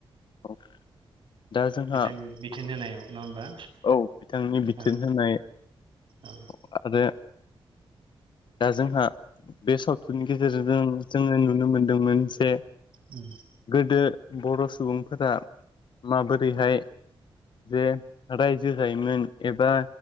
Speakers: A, on the left (about 55°); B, on the right (about 60°).
A: औ दा जोंहा
B: बिथांनि बिथोन होनायाव नङा होमबा
A: औ बिथांनि बिथोन
B: औ
A: होनाय
B: औ।
A: आरो दा जोंहा बे सावथुननि गेजेरजों जोङो नुनो मोनदोंमोन जे
B: उम
A: गोदो बर' सुबुंफोरा माबोरैहाय जे रायजो जायोमोन एबा